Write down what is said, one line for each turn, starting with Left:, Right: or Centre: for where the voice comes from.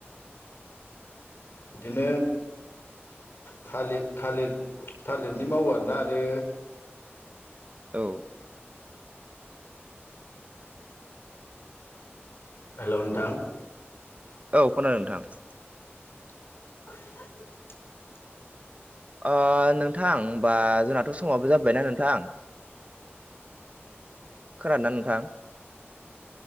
Left: बिदिनो थालिर थालिर थालिरनि मावो आरोना आरो
Right: औ ।
Left: हेलौ नोंथां ।
Right: औ खोनादों नोंथां ।
Left: <inaudible>
Right: ओ नोंथां होमबा जोंनाथ समाबो जाबायना नोंथां? खोनादोंना नोंथां?